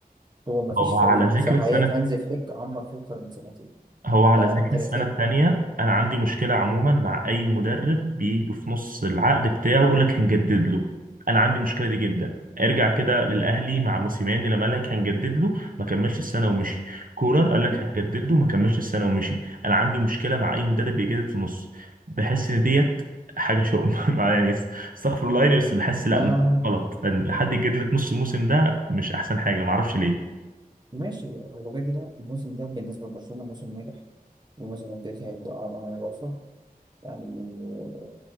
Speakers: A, on the right; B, on the right.
A: هو مفيش
B: هو على
A: فريق
B: ذكر
A: في حياة
B: سنة
A: هانز فليك عمر فيه أكتر من سنتين
B: هو على
A: ده
B: ذكر
A: تاريخيا
B: السنة التانية أنا عندي مشكلة عموما مع أي مدرب بيجي في نص العقد بتاعه يقول لك هنجدد له أنا عندي المشكلة دي جدا ارجع كده للأهلي مع موسيماني لما قال لك هنجدد له ما كملش السنة ومشي كولر قال
A: مم.
B: لك هنجدد له ما كملش السنة ومشي أنا عندي مشكلة مع أي مدرب بيجدد في النص بحس إن ديت حاجة شؤم <laughs> مع- يعني استغفر الله يعني بس بحس لا
A: آه
B: غلط إن حد يجدد لك نص الموسم ده مش أحسن حاجة معرفش
A: ماشي هو كده كده الموسم ده بالنسبة لبرشلونة موسم ناجح والموسم الجاي هيبدأ على على يوفى يعني آه،